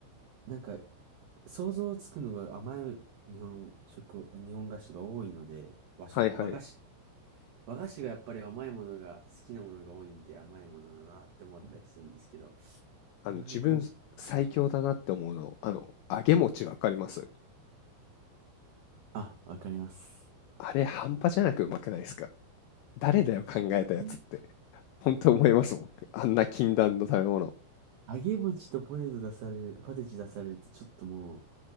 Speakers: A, on the right (about 85°); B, on the left (about 90°).
A: なんか想像つくのが甘い日本食、日本菓子が多いので、和食、
B: はいはい。
A: 和菓子。和菓子がやっぱり甘いものが好きなものが多いんで甘いものだなって思ったりするんですけど、
B: あの、
A: でもなんかもう、
B: 自分最強だなって思うの、あの、揚げ餅わかります。
A: あ、わかります。
B: あれ半端じゃなくうまくないですか。誰だよ考えたやつって。
A: <laughs>
B: 本当思いますもん。あんな禁断の食べ物。
A: 揚げ餅とポテト出される、ポテチ出されるとちょっともう、